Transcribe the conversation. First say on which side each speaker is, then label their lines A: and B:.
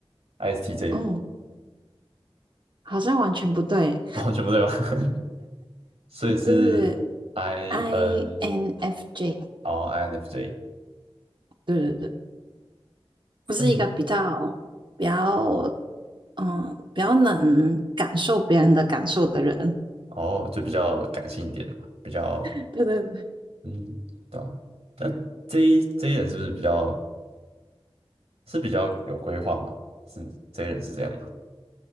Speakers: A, on the right (about 80°); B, on the right (about 50°).
A: ，ISTJ，
B: 哦，好像完全不对，
A: 哦，全部对吧？<laughs> 所以是
B: 就是
A: IN，
B: INFJ，
A: 哦，INFJ，
B: 对对对，不是一个比较比较
A: 但是
B: 嗯比较能感受别人的感受的人，
A: 哦，就比较感性一点的嘛，比较
B: <laughs> 对对对，
A: 嗯，对啊。那 J J 人是不是比较是比较有规划吗？是 J 人是这样吗？